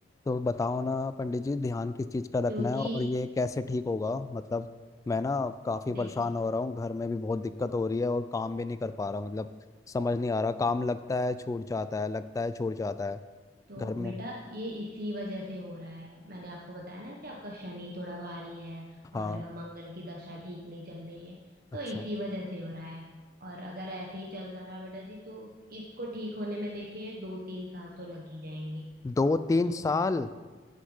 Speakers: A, on the left (about 20°); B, on the right (about 55°).
A: तो बताओ ना पंडित जी ध्यान किस चीज़ का रखना
B: क्योंकि
A: है और ये कैसे ठीक होगा मतलब मैं ना काफ़ी
B: देखिए
A: परेशान हो रहा हूँ घर में भी बहुत दिक्कत हो रही है और काम भी नहीं कर पा रहा मतलब समझ नहीं आ रहा काम लगता है छूट जाता है लगता है छूट जाता है
B: तो
A: घर में
B: बेटा ये इसी वजह से हो रहा है मैंने आपको बताया ना कि आपका शनि थोड़ा भारी है
A: हाँ
B: और मंगल की दशा ठीक नहीं चल रही है
A: अच्छा
B: तो इसी वजह से हो रहा है और अगर ऐसे ही चलता रहा बेटा जी तो इसको ठीक होने में देखिए दो तीन साल तो लग ही जाएंगे
A: दो तीन
B: तो
A: साल